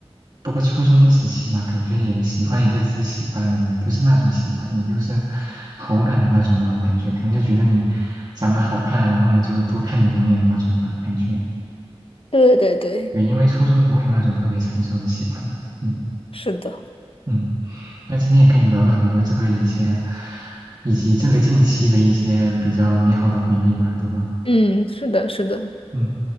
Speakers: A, on the right; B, on the left.
A: 不过初中时期嘛，感觉也喜欢，也就只是喜欢而已，不是那种喜欢，也就是好感的那种吧。我感觉可能就觉得你长得好看，然后呢就多看你两眼的那种吧，感觉。
B: 对对对，
A: 对，因为初中不会有那种特别成熟的喜欢的。嗯
B: 是的，
A: 嗯，那今天也跟你聊了很多这个以前，以及这个近期的一些比较美好的回忆吧，对吧？
B: 嗯，是的，是的。
A: 嗯，